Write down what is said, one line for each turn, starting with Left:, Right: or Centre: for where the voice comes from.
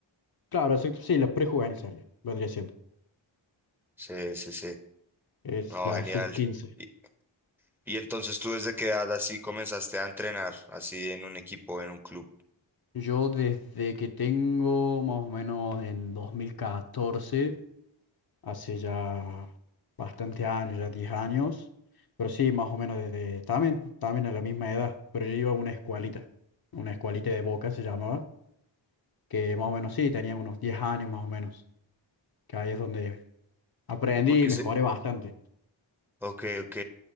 Left: Claro, exact- sí, la prejuvenil sería, vendría siendo.
Centre: Sí, sí, sí.
Left: Es
Centre: No,
Left: la
Centre: genial.
Left: sub 15.
Centre: Y, y entonces tú desde qué edad así comenzaste a entrenar, así en un equipo, en un club.
Left: Yo desde que tengo más o menos en dos mil catorce, Hace ya bastante años, ya 10 años. Pero sí, más o menos desde también, también a la misma edad. Pero yo iba a una escuelita, una escuelita de Boca se llamaba, que más o menos sí, tenía unos 10 años más o menos. Que ahí es donde aprendí
Centre: Porque
Left: y mejoré
Centre: se...
Left: bastante.
Centre: Ok, ok.